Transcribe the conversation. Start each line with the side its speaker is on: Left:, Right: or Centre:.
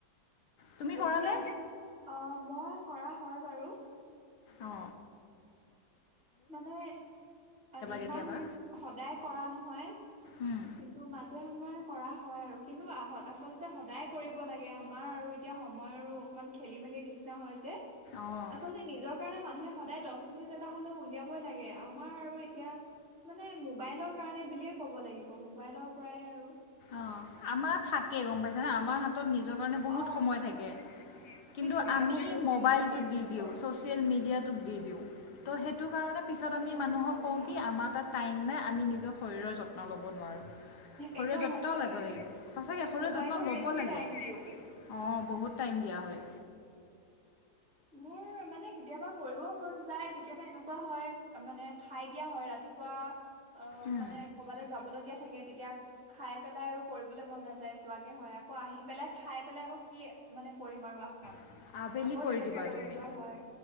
Left: তুমি
Right: এতিয়া
Left: কৰানে
Right: অ মই কৰা হয় বাৰু
Left: অ
Right: মানে অ ইমান
Left: কেতিয়াবা
Right: সদায় কৰা নহয়
Left: উম,
Right: কিন্তু মাজে সময়ত কৰা হয় আৰু কিন্তু আচলতে সদায় কৰিব লাগে আমাৰ আৰু এতিয়া সময়ৰো অকণমান খেলি মেলি নিচিনা হয় যে
Left: অঁ
Right: আচলতে নিজৰ কাৰণে মানুহে সদায় দহ মিনট এটা হ'লেও উলিয়াবই লাগে আমাৰ আৰু এতিয়া মানে মোবাইলৰ কাৰণে বুলিয়ে ক'ব লাগিব মোবাইলৰ পৰাই আৰু
Left: অ আমাৰ থাকে গম পাই নে আমাৰ হাতত নিজৰ কাৰণে বহুত
Right: অ'
Left: সময় থাকে কিন্তু
Right: মোবাইলত
Left: আমি
Right: বেছি
Left: মোবাইলটোত
Right: অপব্যয়
Left: দি দিওঁ
Right: কৰো।
Left: ছ'চিয়েল মিডিয়াটোক
Right: উম।
Left: দি দিওঁ তো সেইটো কাৰণে পিছত আমি
Right: একদম
Left: মানুহক
Right: সঁচা কথা
Left: কওঁ কি আমাৰ তাত টাইম নাই আমি নিজৰ শৰীৰৰ যত্ন ল'ব নোৱাৰোঁ। শৰীৰৰ
Right: একদম।
Left: যত্ন
Right: সঁচাকে
Left: ল'ব লাগিব সচাকে শৰীৰ
Right: মোবাইলক
Left: যত্ন ল'ব
Right: বেছি
Left: লাগে।
Right: টাইম দিও।
Left: অ বহুত টাইম দিয়া হয়।
Right: মোৰ মানে কেতিয়াবা কৰিব মন যায় কেতিয়াবা এনেকুৱা হয় মানে খাই দিয়া হয় ৰাতিপুৱা। অ
Left: উম,
Right: মানে ক'বালৈ যাবলগীয়া। থাকে তেতিয়া খাই পেলাই আৰু কৰিবলৈ মন নাযায় যোৱাকে হয় আকৌ আহি পেলাই খাই পেলাই আকৌ কি মানে কৰিম আৰু আসন।
Left: আবেলি আবেলি
Right: আকৌ
Left: কৰি
Right: তেনেকে
Left: দিবা
Right: ৰৈ
Left: তুমি
Right: যোৱা হয়